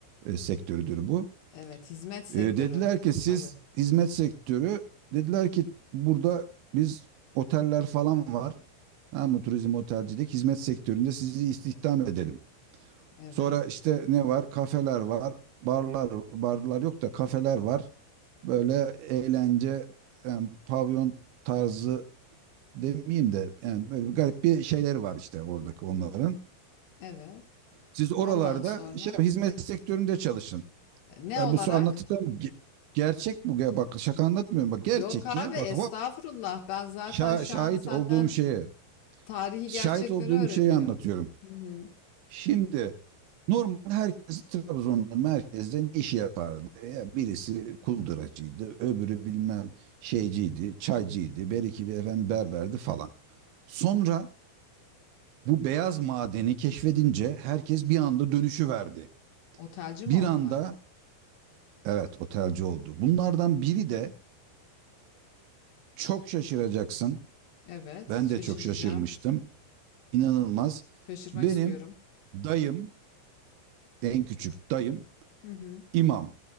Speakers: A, on the right; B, on the left.
A: e, sektörüdür bu.
B: Evet. Hizmet sektörü.
A: E, dediler ki siz
B: Tabii.
A: hizmet sektörü dediler ki burada biz oteller falan var. Tamam mı? Turizm, otelcilik, hizmet sektöründe sizi istihdam edelim.
B: Evet.
A: Sonra işte ne var? Kafeler var, barlar, barlar yok da kafeler var. Böyle eğlence, yani pavyon tarzı demeyeyim de yani böyle bir garip bir şeyleri var işte oradaki onların.
B: Evet.
A: Siz oralarda
B: Ve Ondan sonra
A: şey hizmet sektöründe çalışın.
B: e, ne
A: Ya
B: olarak?
A: bu su- anlattıklarım ge- gerçek bu. Ya bak şaka anlatmıyorum. Bak
B: Yok
A: gerçek
B: abi
A: ya.
B: estağfurullah.
A: Bak
B: Ben zaten
A: şa-
B: şu
A: şahit
B: an senden
A: olduğum şeye.
B: tarihi
A: Şahit
B: gerçekleri
A: olduğum
B: öğreniyorum.
A: şeyi anlatıyorum.
B: Hı hı.
A: Şimdi normal herkes Trabzon'da merkezde ne iş yapardı? Ya birisi kunduracıydı, öbürü bilmem şeyciydi, çaycıydı, beriki bir efendim berberdi falan. Sonra Bu beyaz madeni keşfedince herkes bir anda dönüşü verdi.
B: Otelci
A: Bir
B: mi oldular?
A: anda evet otelci oldu. Bunlardan biri de çok şaşıracaksın.
B: Evet,
A: Ben
B: şaşıracağım.
A: de çok şaşırmıştım. İnanılmaz.
B: Şaşırmak
A: Benim
B: istiyorum.
A: dayım, en küçük dayım
B: Hı hı.
A: imam,